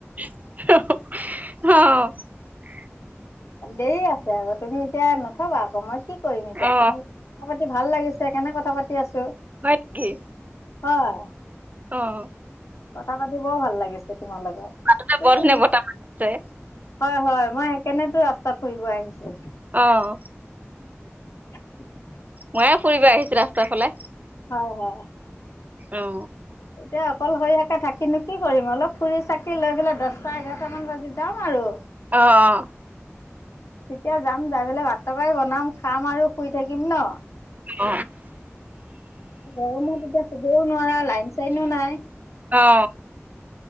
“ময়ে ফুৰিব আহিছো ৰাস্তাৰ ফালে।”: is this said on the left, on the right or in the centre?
Right